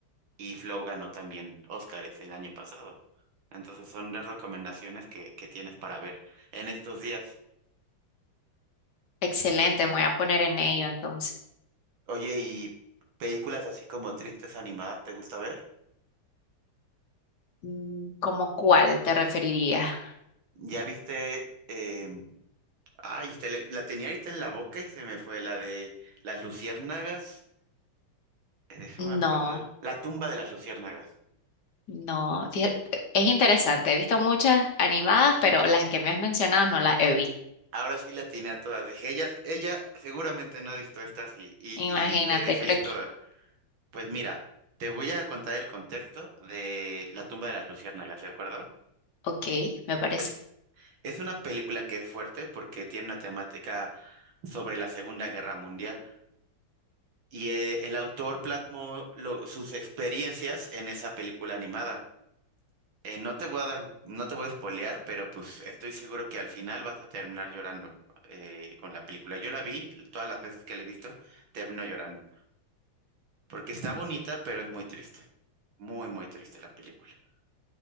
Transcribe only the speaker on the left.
Excelente, me voy a poner en ello entonces.
Mm, ¿Cómo cuál te referirías?
No,
no. fíjate, es interesante, he visto muchas animadas, pero las que me has mencionado no las he visto.
Imagínate,
creo
que.
Ok, me parece.